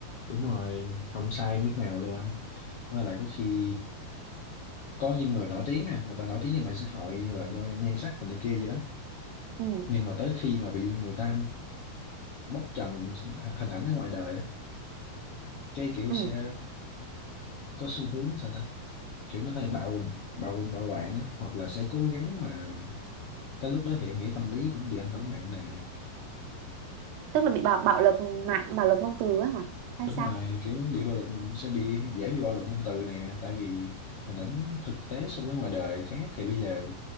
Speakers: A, on the left; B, on the right.
A: đúng rồi không sai miếng nào luôn á. với lại có khi có những người nổi tiếng à người ta nổi tiếng về mạng xã hội là do nhan sắc của này kia gì đó
B: ừ
A: nhưng mà tới khi mà bị người ta bóc trần hình ảnh ở ngoài đời á cái kiểu
B: ừ
A: sẽ có xu hướng sao ta kiểu nó hơi bạo bạo bạo loạn á hoặc là sẽ cố gắng mà tới lúc đó thì em nghĩ tâm lý cũng bị ảnh hưởng nặng nè
B: tức là bị bạo bạo lực mạng bạo lực ngôn từ á hả hay
A: đúng
B: sao
A: rồi kiểu bị bạo lực sẽ bị dễ bị bạo lực ngôn từ nè tại vì hình ảnh thực tế so với ngoài đời khác thì bây giờ